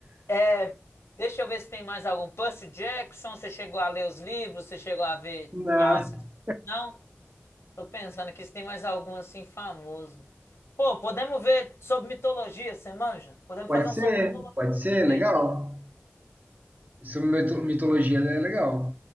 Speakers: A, on the left; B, on the right.
A: É, deixa eu ver se tem mais algum. Percy Jackson, você chegou a ler os livros? Você chegou a ver
B: Não.
A: as... Não? Tô pensando aqui se tem mais algum assim famoso. Pô, podemos ver sobre mitologia, você manja? Podemos
B: Pode
A: fazer um
B: ser,
A: sobre mitologia.
B: pode ser, legal.
A: hein?
B: Sobre mito- mitologia é legal.